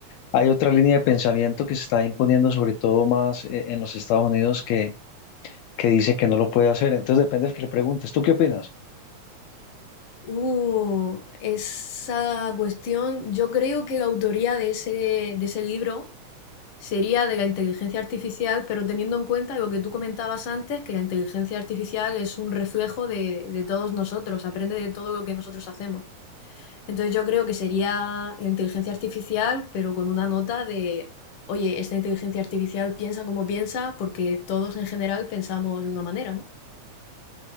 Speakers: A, on the left; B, on the left.
A: Hay otra línea de pensamiento que se está imponiendo, sobre todo más eh, en los Estados Unidos, que, que dice que no lo puede hacer. Entonces depende del que le preguntes. ¿Tú qué opinas?
B: Uh, esa cuestión, yo creo que la autoría de ese, de ese libro sería de la inteligencia artificial, pero teniendo en cuenta lo que tú comentabas antes, que la inteligencia artificial es un reflejo de, de todos nosotros, aprende de todo lo que nosotros hacemos. Entonces yo creo que sería la inteligencia artificial, pero con una nota de, oye, esta inteligencia artificial piensa como piensa, porque todos en general pensamos de una manera, ¿no?